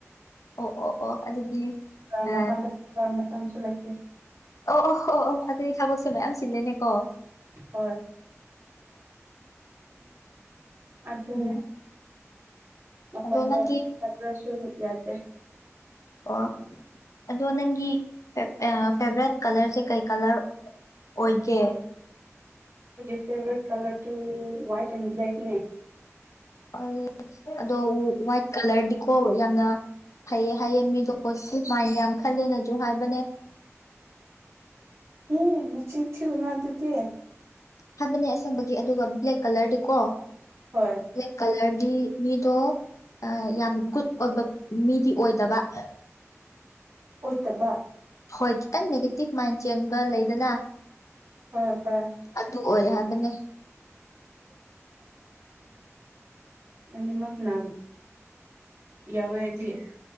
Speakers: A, on the left (about 80°); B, on the right (about 65°).
A: ꯑꯣ ꯑꯣ ꯑꯣ ꯑꯗꯨꯗꯤ ꯑ
B: ꯃꯄꯥꯟꯗ ꯃꯇꯝꯁꯨ ꯂꯩꯇꯦ
A: ꯑꯣ ꯑꯣ ꯑꯣ ꯑꯣ ꯑꯗꯨꯗꯤ ꯊꯕꯛꯁꯦ ꯃꯌꯥꯝ ꯆꯤꯜꯂꯦꯅꯦꯀꯣ
B: ꯍꯣꯏ ꯑꯗꯨꯅꯦ
A: ꯎꯝ
B: ꯃꯄꯥꯟꯗ
A: ꯑꯗꯣ ꯅꯪꯒꯤ
B: ꯆꯠꯇ꯭ꯔꯁꯨ ꯌꯥꯗꯦ
A: ꯑꯣ ꯑꯗꯣ ꯅꯪꯒꯤ ꯐꯦꯚꯔꯥꯏꯠ ꯀꯂꯔꯁꯦ ꯀꯩ ꯀꯂꯔ ꯑꯣꯏꯒꯦ
B: ꯐꯦꯚꯔꯦꯠ ꯀꯂꯔ ꯇ ꯍꯋꯥꯏꯠ ꯑꯦꯟ ꯕ꯭ꯂꯦꯛꯅꯦ
A: ꯑꯣ ꯑꯗꯣ ꯋꯥꯏꯠ ꯀꯂꯔꯗꯤꯀꯣ ꯌꯥꯝꯅ ꯐꯩꯌꯦ ꯍꯥꯏꯌꯦ ꯃꯤꯗꯣ ꯄꯣꯖꯤꯇꯤꯚ ꯃꯥꯏꯟ ꯌꯥꯝ ꯈꯂꯦꯅꯁꯨ ꯍꯥꯏꯕꯅꯦ
B: ꯍ ꯃ ꯆ ꯆꯅ ꯉꯇꯇ
A: ꯍꯥꯏꯕꯅꯦ ꯑꯁꯪꯕꯒꯤ ꯑꯗꯨꯒ ꯕ꯭ꯂꯦꯛ ꯀꯂꯔꯗꯤꯀꯣ
B: ꯍꯣꯏ
A: ꯭ꯂꯦꯛ ꯀꯂ ꯍꯥꯏꯔꯗꯤ ꯃꯤꯗꯣ ꯌꯥꯝ ꯒꯨꯗ ꯑꯣꯏꯕ ꯃꯤꯗꯤ ꯑꯣꯏꯗꯕ <unintelligible> <inaudible>
B: ꯑꯣꯏꯇꯕ
A: ꯍꯣꯏ ꯈꯤꯇꯪ ꯅꯦꯒꯦꯇꯤꯚ ꯃꯥꯏꯟ ꯆꯦꯟꯕ ꯂꯩꯗꯅ
B: ꯍ ꯍꯝ
A: ꯑꯗꯨ ꯑꯣꯏ ꯍꯥꯏꯕꯅꯦ
B: ꯑ ꯃꯒ ꯅ ꯌꯥ ꯋꯥ ꯌꯥꯗꯤ